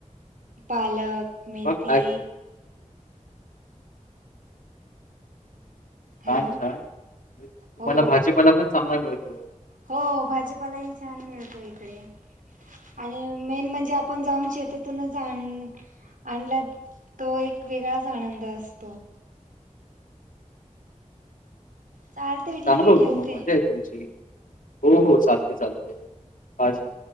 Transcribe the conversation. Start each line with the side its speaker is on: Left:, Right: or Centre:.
Right: पालक मेथी
Left: बघ
Right: हॅलो
Left: छान छान तुम्हाला
Right: हो
Left: भाजीपाला पण चांगलाय मिळतो.
Right: हो भाजी पालाही छान मिळतो इकडे. आणि मेन म्हणजे आपण जाऊन शेतातूनच आण आणला तो एक वेगळाच आनंद असतो. चालते ठीक
Left: चांगलं
Right: आहे
Left: होतं
Right: ठेवते
Left: मग मजा आहे तुमची हो हो चालतंय चालतंय